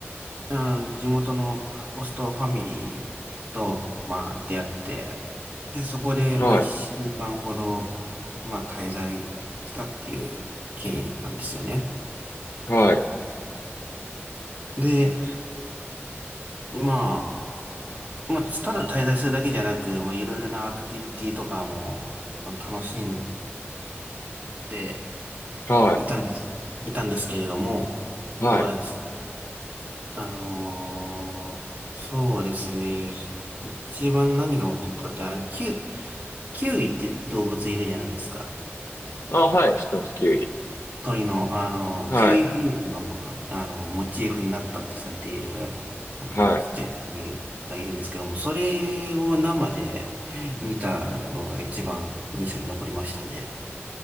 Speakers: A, on the right (about 35°); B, on the left (about 80°).
A: あの、地元のホストファミリーと、まあ、出会って、で、そこで、
B: は
A: まあ、一週間ほど、まあ、滞在したっていう経緯なんですよね。
B: い。はい。
A: で、まあ、まあ、ただ滞在するだけじゃなく、まあ、いろいろなアクティビティとかも、その楽しんで
B: はい。
A: いたんです、いたんですけれども、
B: はい。
A: まあ、あのーそうですね。一番何が起こったかって、あの、キュウ、キュウイって動物いるじゃないですか。
B: あはい。知ってます、キウイ。
A: 鳥の、あの、
B: はい。
A: キウイフルーツの、あの、モチーフになったってされている、あの、
B: はい。
A: ちっちゃい鳥がいるんですけども、それを生で見たのが一番印象に残りましたね。